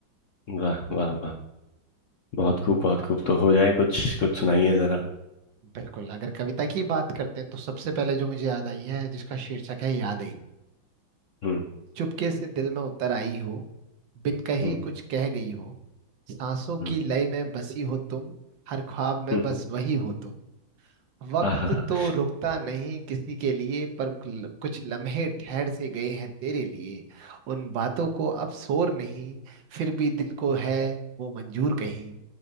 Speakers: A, on the left; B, on the right.
A: वाह वाह वाह बहुत खूब बहुत खूब तो हो जाए कुछ कुछ सुनाइए जरा
B: बिल्कुल अगर कविता की बात करते हैं तो सबसे पहले जो मुझे याद आई है जिसका शीर्षक है यादें
A: हम्म
B: चुपके से दिल में उतर आई हो बिन कहे
A: हम्म
B: कुछ कह गई हो सांसों
A: हम्म
B: की लय में बसी हो तुम हर ख्वाब में
A: हम्म
B: बस वही हो तुम वक्त
A: हाँ हाँ हाँ
B: तो रुकता नहीं किसी के लिए पर ल- कुछ लम्हे ठहर से गए हैं तेरे लिए उन बातों को अब शोर नहीं फिर भी दिल को है वो मंजूर कहीं